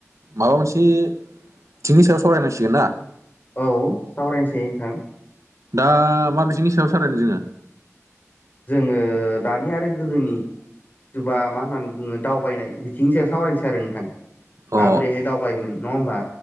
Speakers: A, on the right; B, on the left.
A: माबा मोनसे बिथिंनि सायाव सावरायनांसिगोन ना।
B: औ सावरायनोसै नोंथां।
A: दा मा बिथिंनि सायाव सारायनो जोङो
B: जोङो दानि आरो गोदोनि जिथुबा मा होननानै बुङो दावबायनाय बिथिंनि सायाव सावरायनोसै आरो नोंथां। माबोरैहाय
A: अ
B: दावबायोमोन नङा होमबा